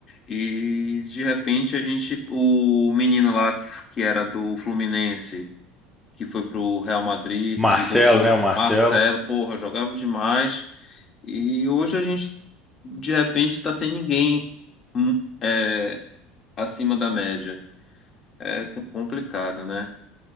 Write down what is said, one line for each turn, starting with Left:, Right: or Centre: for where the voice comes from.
Left: E de repente a gente, o menino lá que, que era do Fluminense, que foi pro Real Madrid
Centre: Marcelo,
Left: e voltou,
Centre: né, o Marcelo.
Left: Marcelo, porra, jogava demais. E hoje a gente de repente tá sem ninguém hum, é, acima da média. É co- complicado, né?